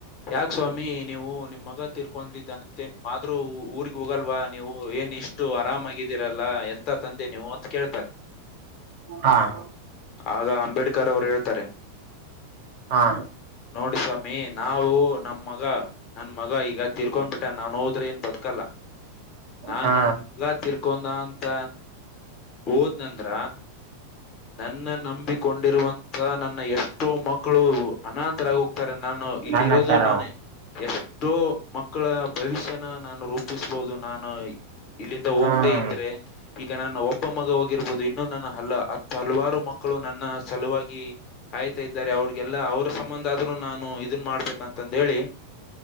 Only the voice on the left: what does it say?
ಯಾಕ ಸ್ವಾಮಿ. ನೀವು ನಿಮ್ ಮಗ ತೀರ್ಕೊಂಡಿದ್ದಾನಂತೆ ಆದ್ರೂ ಊರಿಗೆ ಹೋಗಲ್ವಾ ನೀವು ಏನ್ ಇಷ್ಟು ಆರಾಮಾಗಿ ದಿರಲ್ಲ ಎಂತ ತಂದೆ ನೀವು ಅಂತ ಕೇಳ್ತಾರೆ.
ಆಗ ಅಂಬೇಡ್ಕರ್ ಅವ್ರು ಹೇಳ್ತಾರೆ.
ನೋಡಿ ಸ್ವಾಮಿ ನಾವು ನಮ್ ಮಗ ನನ್ ಮಗ ಈಗ ತಿರ್ಕೊಂಡ್ ಬಿಟ್ಟನ ನಾನ್ ಹೋದ್ರೆ ಏನ್ ಬದಕಲ್ಲ ನಾನ್
ನನ್ ಎಲ್ಲಾ ತೀರ್ಕೊಂಡ ಅಂತ. ಹೋದ್ನಂದ್ರ ನನ್ನ ನಂಬಿಕೊಂಡಿರುವಂತ ನನ್ನ ಎಷ್ಟೋ ಮಕ್ ಕ್ಕಳು ಅನಾತರಾಗಿ ಹೋಗ್ತಾರೆ ನಾನು ಇಲ್ಲಿ
ಇರೋದು ನಾನು ಎಷ್ಟೋ ಮಕ್ಕಳ ಭವಿಷ್ಯನ ನಾನು ರೂಪಿಸ್ಬೋದು ನಾನು. ಇಲ್ಲಿಂದ ಹೋಗ್ದೇ
ಇದ್ರೆ ಈಗ ನಾನ ಒ ಒಬ್ಬ ಮಗ ಹೋಗಿರ್ಬೋದು ಇನ್ನು ನನ್ನ ಹಲ್ಲ ಹತ್ ಹಲವಾರು ಮಕ್ಕಳು ನನ್ನ ಸಲುವಾಗಿ. ಕಾಯ್ತಾ ಇದ್ದಾರೆ ಅವ್ರಗೆಲ್ಲಾ ಅವ್ರ ಸಂಬಂಧ ಆದ್ರು ನಾನು ಇದನ್ ಮಾಡ್ಬೇಕಂತಂದ್ಹೇಳಿ.